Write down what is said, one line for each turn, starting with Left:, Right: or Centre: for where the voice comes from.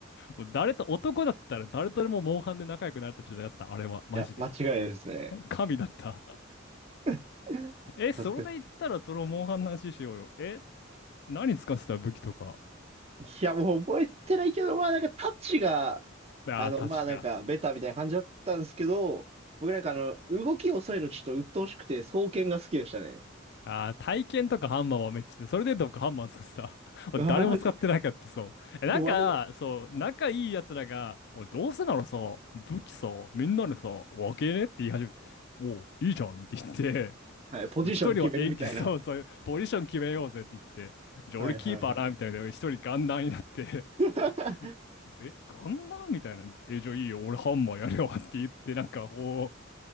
Left: もう誰と、男だったら誰とでもモンハンで仲良くなれた時代だった、あれは、マジで。
Right: や、間違いないですね。
Left: 神だった。
Right: <laughs>
Left: <laughs> え、それで言ったらそのモンハンの話しようよ。
Right: 懐かしい。
Left: え、何使ってた武器とか。
Right: いや、もう覚えてないけど、まあなんかタッチが、
Left: ああ、
Right: あの、
Left: 確か。
Right: まあなんかベタみたいな感じだったんですけど、僕なんかあの、動き遅いのちょっと鬱陶しくて、双剣が好きでしたね。
Left: ああ、体験とかハンマーはめっちゃで、それでどっかハンマー使ってた。<laughs> 俺誰も使ってなかった、
Right: ああ、マジか。
Left: そう。え、なんか、
Right: いや、わざ
Left: そう、仲いい奴らが、俺どうせならさ、武器さ、みんなでさ、分けねって言い始めて、おう、いいじゃんって言って、
Right: はい、ポジション決めるみたいな。
Left: そう一人は円形そうそういうポジション決めようぜって言って、じゃあ俺キーパーなみたいな、
Right: はいはいはい。
Left: 一人ガンダーになって、
Right: <laughs>
Left: <laughs> え、ガンダーみたいな、え、じゃあいいよ、俺ハンマーやるよって言って、なんかこう、